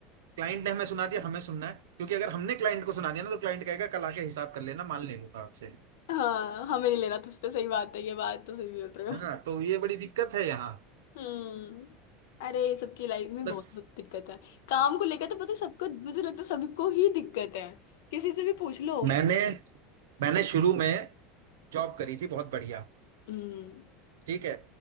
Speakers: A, on the right (about 80°); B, on the left (about 75°).
A: क्लाइंट ने हमें सुना दिया हमें सुनना है क्योंकि अगर हमने क्लाइंट को सुना दिया ना तो क्लाइंट कहेगा कल आके हिसाब कर लेना माल ले लूंगा आपसे
B: हाँ हमें नहीं लेना तुझसे सही बात है ये बात तो सही बोल रहे हो
A: है ना तो ये बड़ी दिक्कत है यहाँ
B: हम्म अरे सबकी लाइफ में
A: बस
B: बहुत बहुत दिक्कत है काम को लेकर तो पता है सबको मुझे लगता है सबको ही दिक्कत है किसी से भी पूछ लो
A: मैंने मैंने शुरू में जॉब करी थी बहुत बढ़िया
B: हम्म
A: ठीक है